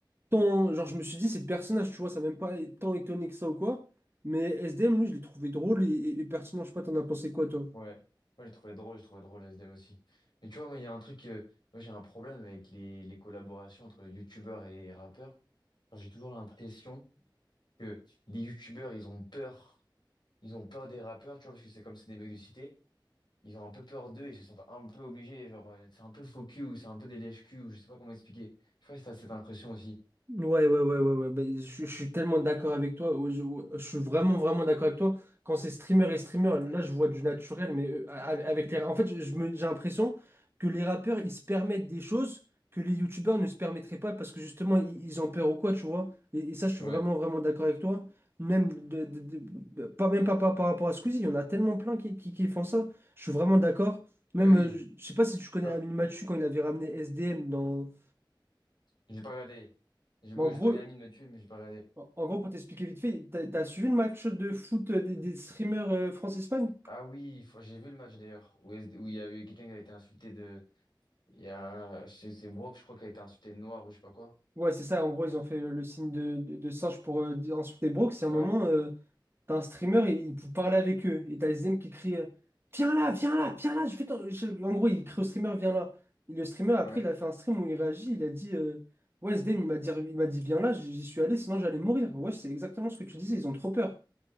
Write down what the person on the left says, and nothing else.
Ouais, moi j'ai trouvé drôle, j'ai trouvé drôle le SDM aussi. Mais tu vois, moi il y a un truc, euh, moi j'ai un problème avec les, les collaborations entre youtubeurs et rappeurs. Enfin, j'ai toujours l'impression que les youtubeurs ils ont peur, ils ont peur des rappeurs, tu vois, parce que c'est comme c'est des mecs de cité. ils ont un peu peur d'eux, ils se sentent un peu obligés, genre euh, c'est un peu faux cul ou c'est un peu des lèche-cul ou je sais pas comment expliquer. Je sais pas si t'as cette impression aussi.
Ouais.
Ah oui,
Oh,
j'ai pas regardé. Je,
je
connais Amine Mathieu, mais j'ai pas regardé.
Ah oui, faut- j'ai vu le match d'ailleurs, où est- où il y a eu quelqu'un qui a été insulté de. Il y a. C'est c'est Brock, je crois, qui a été insulté de noir ou je sais pas quoi.
Ouais,
ouais.